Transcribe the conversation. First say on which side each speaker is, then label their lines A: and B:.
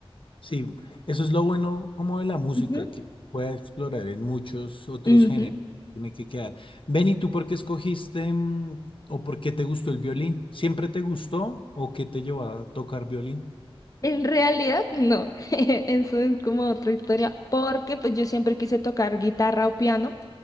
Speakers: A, on the left; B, on the left.
A: Sí, eso es lo bueno como de la música,
B: Ujú,
A: que puede explorar en muchos otros
B: ujú.
A: géneros. Tiene que quedar. Ven, ¿y tú por qué escogiste mm, o por qué te gustó el violín? ¿Siempre te gustó o qué te llevó a tocar violín?
B: En realidad, no. <laughs> Eso es como otra historia, porque pues yo siempre quise tocar guitarra o piano,